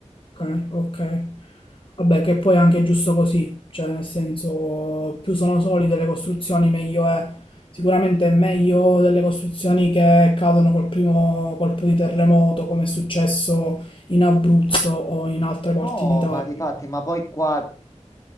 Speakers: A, on the left; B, on the left.
A: Ok, ok. Vabbè, che poi è anche giusto così, cioè nel senso più sono solide le costruzioni meglio è. Sicuramente è meglio delle costruzioni che cadono col primo colpo di terremoto, come è successo in Abruzzo o in altre parti
B: No,
A: d'Italia.
B: ma difatti, ma poi qua